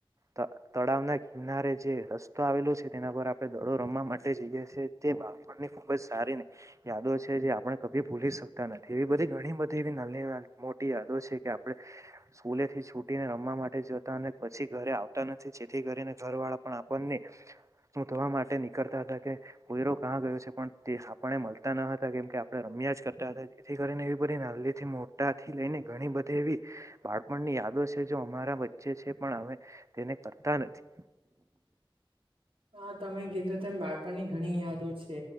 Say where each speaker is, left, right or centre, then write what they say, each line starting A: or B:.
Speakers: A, on the right; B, on the right.
A: ત તળાવ ના કિનારે જે રસ્તો આવેલો છે તેના પર આપણે દડો રમવા માટે જઈએ છીએ તે બાળપણ ની ખુબજ સારી ને યાદો છે જે આપણે કભી ભૂલી શકતા નથી એવી બધી ઘણી બધી એવી નાની મોટી યાદ યાદો છે કે આપણે સ્કૂલે થી છૂટીને રમવા માટે જતા અને પછી ઘરે આવતા નથી જેથી કરીને ઘર વાળા પણ આપણ ને શોધવા માટે નીકળતા હતા કે પોયરો કા ગયો છે પણ તે આપણને મળતા ન હતા કેમ કે આપણે રમ રમ્યા જ કરતા હતા જેથી કરીને એવી બધી નાલી થી મોટાથી લઈને ઘણી બધી એવી બાળપણની યાદો છે. જો અમારા વચ્ચે છે પણ અમે તેને કરતા નથી.
B: <inaudible> હા તમે કીધું તેમ બાળપણની ઘણી યાદો છે.